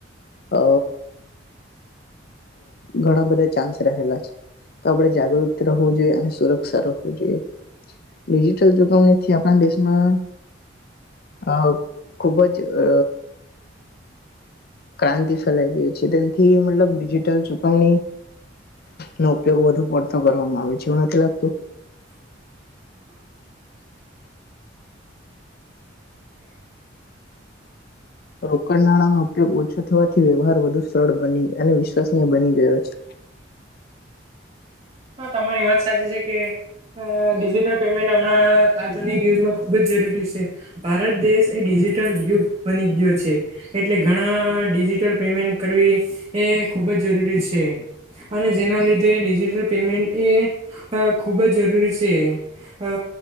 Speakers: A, on the left (about 55°); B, on the right (about 35°).
A: અ ઘણા બધા ચાન્સ રહેલા છે તો આપણેે જાગૃતિ રહેવું જોઈએ અને સુરક્ષા રાખવું જોઈએ ડિજિટલ જુગવણીથી આપણા દેશમાં અ ખુબ જ અ ક્રાંતિ ફેલાઈ ગઈ છે તેથી મતલબ ડિજિટલ ચુકવણી નો ઉપયોગ વધુ પડતો કરવામાં આવે છે એવું નથી લાગતું
B: <inaudible> <inaudible>
A: રોકડ નાણાંનો ઉપયોગ ઓછો થવાથી વ્યવહાર વધુ સરળ બની અને વી સ બની ગયો છે
B: હા તમારી વાત સાચી છે કે અ ડિજિટલ પેમેન્ટ હમણાં આજ યુગમાં ખુબ જ જરૂરી છે ભારત દેશ એ ડી ડિજિટલ યુગ બની ગયો છે એટલે ઘણા ડિજિટલ પેમેન્ટ કરવી એ ખૂબ જ જરૂરી છે અને જેના લીધે ડિજિટલ પેમેન્ટ એ ખૂબ જ જરૂરી જરૂરી છે